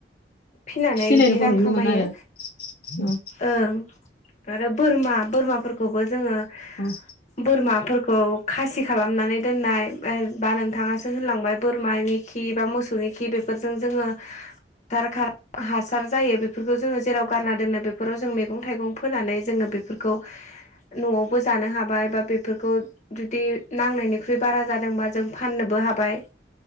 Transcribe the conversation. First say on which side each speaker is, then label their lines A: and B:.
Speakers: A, on the left (about 45°); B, on the left (about 60°).
A: फिनानै
B: फिसिनायखौ
A: इदि रां
B: नुनो
A: खामायो
B: मोनो आरो औ
A: ओं। आरो बोरमा बोरमाफोरखौबो जोङो
B: औ
A: बोरमाफोर खौ खासि खालामनानै दोननाय बा नोंथाङासो होनलांबाय बोरमानि खि बा मोसौनि खि बेफोरजों जोङो हासार हासार जायो बेफोरखौ जोङो जेराव गारना दोननो बेफोराव जों मैगं थाइगं फोनानै जोङो बेफोर खौ न'आवबो जानो हाबाय बा बेफोरखौ जुदि नांनायनिख्रुइ बारा जादोंबा जों फाननोबो हाबाय